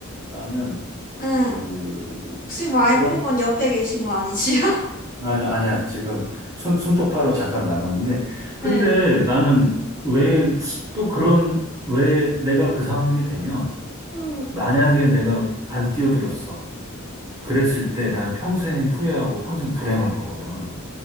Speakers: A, on the right (about 15°); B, on the left (about 40°).
A: 나는
B: 응,
A: 그
B: 혹시 와이프분
A: 이렇게
B: 옆에 계신 거 아니지?
A: 아니 아니야. 지금 손 손톱파로 잠깐 나갔는데
B: <laughs>
A: 근데 나는 왜 또 그런 왜 내가 그 상황이 되면
B: 응.
A: 만약에 내가 안 뛰어들었어. 그랬을 때 나는 평생 후회하고 평생 불행할 거거든.